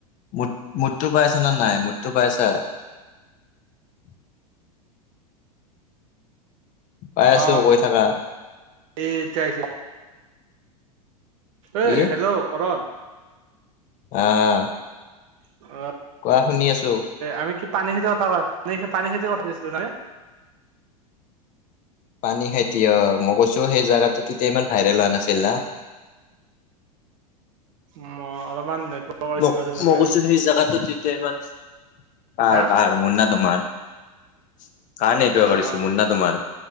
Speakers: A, on the left (about 40°); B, on the right (about 60°).
A: মুড মোডটো পাইছা না নাই মোটটো পাইছা <unintelligible> পাই আছো
B: অ
A: কৈ থাকা
B: এই তোই চ
A: কি
B: এ হেল্ল' কৰণ
A: আহ
B: অ'।
A: কোৱা শুনি আছো
B: আমি কি পানী খেতি কথা কয়, পানী খেতি কথা দিছিলোঁ নাই
A: পানী খাইতি অ মই কৈছো সেই জাগাো তেতিয়া ইমান ভাইৰেল হোৱা নাছিল না
B: উম অলপমান নেটৱৰ্কৰ
A: মোক,
B: ইছ্যু আছে চাগে
A: ম কৈছোঁ সেই জাগাত তেতিয়া ইমান, কাৰ
B: হা
A: কাৰ মোৰ নে তোমাৰ <unintelligible>
B: অ
A: ইছ্যু মোৰ না তোমাৰ